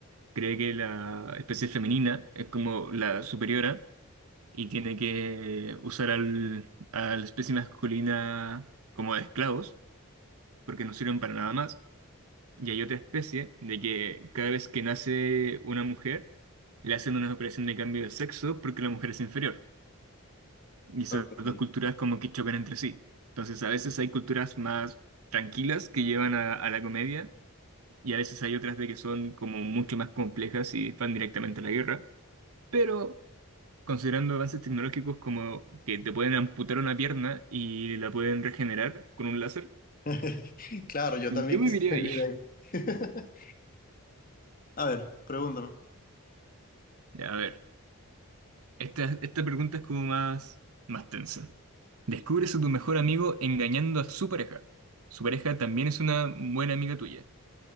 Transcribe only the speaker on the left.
Ok.
<laughs> Claro, yo
también quisiera
vivir ahí. <laughs> A ver, pregúntame.